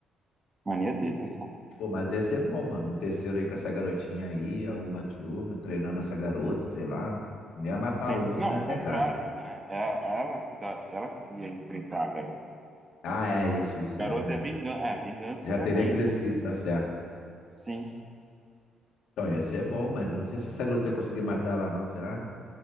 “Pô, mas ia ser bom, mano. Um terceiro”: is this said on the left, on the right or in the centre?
Left